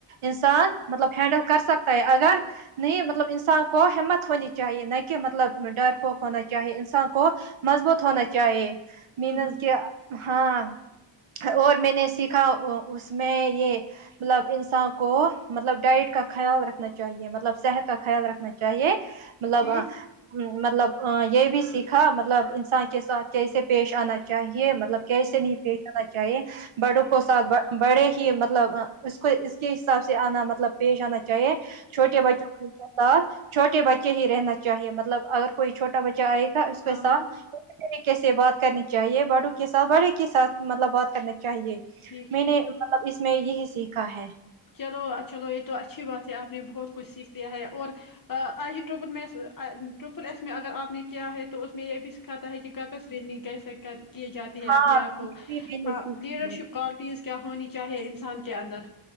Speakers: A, on the right (about 75°); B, on the left (about 40°).
A: انسان مطلب ہینڈل کر سکتا ہے اگر نہیں مطلب انسان کو ہمت ہونی چاہیے نہ کہ مطلب ڈر پ ہونا چاہے انسان کو مضبوط ہونا چاہیے مینز
B: ہوں ہوں
A: کہ ہاں اور میں نے سیکھا اس میں یہ مطلب انسان کو مطلب ڈائٹ کا خیال رکھنا چاہیے مطلب صحت کا خیال رکھنا چاہیے مطلب
B: ٹھیک
A: مطلب یہ بھی سیکھا مطلب انسان کے ساتھ کیسے پیش آنا چاہیے مطلب مطلب کیسے
B: ٹھیک
A: نہیں پیش آنا چاہیے بڑوں
B: ٹھیک
A: کووں ساتھ بڑے ہی کہ مطلب اس کو اس کے حساب سے آنا مطلب پیش آنا چاہیے چھوٹے
B: ٹھیک
A: بچوں کوچ <inaudible> ساتھ چھوٹے بچے ہی رہنا چاہیے مطلب اگر کوئی چھوٹا بچہ آیا اس کو
B: ہاں
A: کے ساتھ
B: ہاں
A: کیسے بات کرنی چاہیے بڑوں کے ساتھ بڑے کے ساتھ مطلب بات کر چاہیے
B: ٹھیک
A: میں
B: ٹھیک
A: نے مطلب اس اس میں یہ سیکھا ہے
B: چلو چلو یہ تو اچھی بات ہے آپ نے بہت کچھ سیکھ لیا ہے اور آجے ٹرپن میں ٹرپل ایس میں اگر آپ نے کیا ہے تو اس میں یہ بھی سکھاتا ہے کہ ک پسلن کیسے کر کیے جاتے ہیں
A: ہاں
B: اپنے آپ کو
A: بھی میں
B: ہاں
A: نے سیکھی
B: لیڈرشپ
A: ہے
B: کوالٹیز کیا ہونی چاہے انان کے اندر